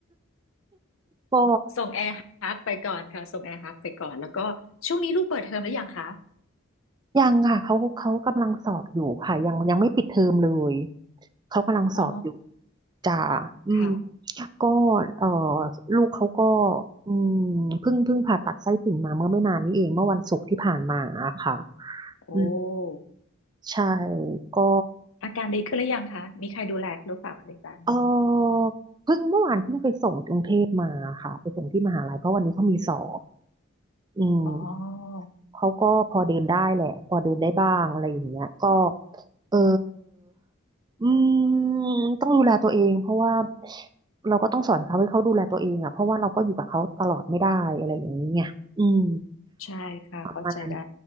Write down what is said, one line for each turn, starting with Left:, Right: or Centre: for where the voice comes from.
Right: ก็
Left: ส่งแอร์ฮักไปก่อนค่ะส่งแอร์ฮักไปก่อนแล้วก็ช่วงนี้ลูกเปิดเทอมหรือยังคะ
Right: ยังค่ะเขาเขากำลังสอบอยู่ค่ะยังยังไม่ปิดเทอมเลย เขากำลังสอบอยู่
Left: อ๋อ
Right: จ้าอืม
Left: ค่ะ
Right: ก็เออลูกเขาก็อืมเพิ่งเพิ่งผ่าตัดไส้ติ่งมาเมื่อไม่นานนี้เอง เมื่อวันศุกร์ที่ผ่านมาอะค่ะ
Left: โอ
Right: อืม
Left: ้
Right: ใช่ก็
Left: อาการดีขึ้นหรือยังคะมีใครดูแลหรือเปล่าคะที่บ้าน
Right: เออเพิ่งเมื่อวานเพิ่งไปส่งกรุงเทพมาค่ะไปส่งที่มหาลัยเพราะวันนี้เขามีสอบอืม
Left: อ๋อ
Right: เขาก็พอเดินได้แหละพอเดินได้บ้างอะไรอย่างเงี้ยก็เอออืมต้องดูแลตัวเองเพราะว่าเราก็ต้องสอนเขาให้เขาดูแลตัวเองอ่ะเพราะว่าเราก็อยู่กับเขาตลอดไม่ได้อะไรอย่างเงี้ยอืม
Left: ใช่ค่ะเข้าใจได้
Right: ประมาณนั้น